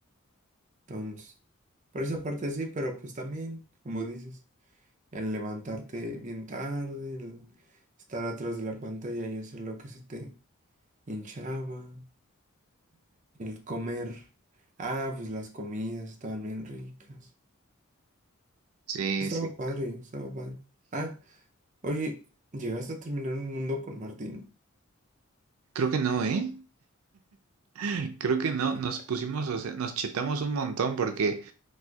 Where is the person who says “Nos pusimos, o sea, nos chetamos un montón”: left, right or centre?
Right